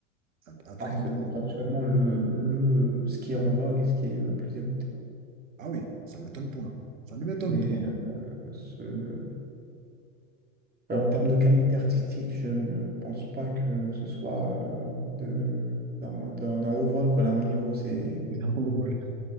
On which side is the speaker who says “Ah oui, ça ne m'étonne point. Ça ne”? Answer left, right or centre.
Right